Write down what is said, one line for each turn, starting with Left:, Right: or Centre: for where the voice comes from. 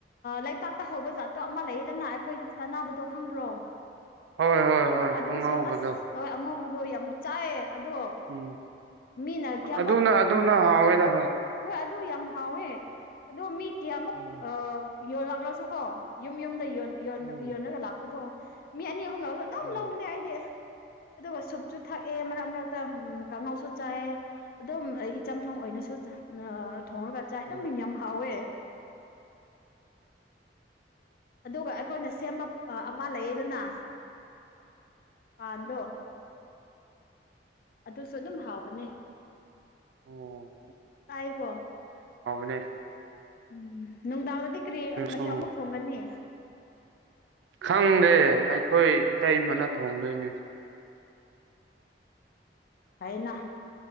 Left: ꯂꯩꯕꯥꯛꯇꯥ ꯍꯧꯕ ꯖꯥꯠꯇꯣ ꯑꯃ ꯂꯩꯌꯦꯗꯅ ꯑꯩꯈꯣꯏ ꯆꯥꯅ ꯈꯪꯕ꯭ꯔꯣ
Right: ꯍꯣꯏ ꯍꯣꯏ
Left: ꯑ
Right: ꯍꯣꯏ
Left: ꯑꯗꯨꯁꯨ
Right: ꯑꯉꯧꯕꯗꯣ
Left: ꯑꯁ ꯍ ꯑꯉꯧꯕꯗꯣ ꯌꯥꯝ ꯆꯥꯏꯌꯦ ꯑꯗꯣ
Right: ꯎꯝ
Left: ꯃꯤꯅ ꯀꯌꯥꯃꯨꯛ
Right: ꯑꯗꯨꯅ ꯑꯗꯨꯅ ꯍꯥꯎꯋꯦꯗ
Left: ꯍꯣꯏ ꯑꯗꯨ ꯌꯥꯝ ꯍꯥꯎꯋꯦ ꯑꯗꯣ ꯃꯤ ꯀꯌꯥꯃꯨꯛ
Right: ꯑꯣ
Left: ꯑꯥ ꯌꯣꯟ ꯂꯥꯛꯂꯁꯨꯀꯣ ꯌꯨꯝ ꯌꯨꯝꯗ
Right: ꯑꯣ
Left: ꯌꯣꯟꯂꯒ ꯂꯥꯛꯄꯗꯣ ꯃꯤ ꯑꯅꯤ ꯑ ꯑꯨꯝ ꯑꯗꯨꯝ
Right: ꯑꯣ
Left: ꯂꯧꯕꯅꯦ ꯑꯩꯗꯤ ꯑꯗꯨꯒ ꯁꯨꯞꯁꯨꯨ ꯊꯛꯑꯦ ꯃꯔꯛ ꯃꯔꯛ ꯀꯥꯡꯉꯥꯎꯁꯨ ꯆꯥꯏ ꯑꯗꯨꯝ ꯑꯩ ꯆꯝꯊꯣꯡ ꯑꯣꯏꯅꯁꯨ ꯊꯣꯡꯉꯒ ꯆꯥꯏ ꯑꯗꯨꯝ
Right: ꯑꯣ
Left: ꯌꯥꯝ ꯍꯥꯎꯋꯦ ꯑꯗꯨꯒ ꯑꯩꯈꯣꯏꯅ ꯁꯦꯝꯕ ꯑꯃ ꯂꯩꯌꯦꯗꯅ ꯀꯥꯟꯗꯣ ꯑꯗꯨꯁꯨ ꯑꯗꯨꯝ ꯍꯥꯎꯕꯅꯦ
Right: ꯑꯣ
Left: ꯇꯥꯏꯀꯣ
Right: ꯁ
Left: ꯎꯝ ꯅꯨꯡꯗꯥꯡꯗꯗꯤ ꯀꯔꯤ ꯃꯊꯦꯜ
Right: ꯎꯝ
Left: ꯑꯃꯨꯛ ꯊꯣꯡꯒꯅꯤ
Right: ꯈꯪꯗꯦ ꯑꯩꯈꯣꯏ ꯏꯇꯩꯃꯅ ꯊꯣꯡꯗꯣꯏꯅꯦ
Left: ꯍꯥꯏꯅ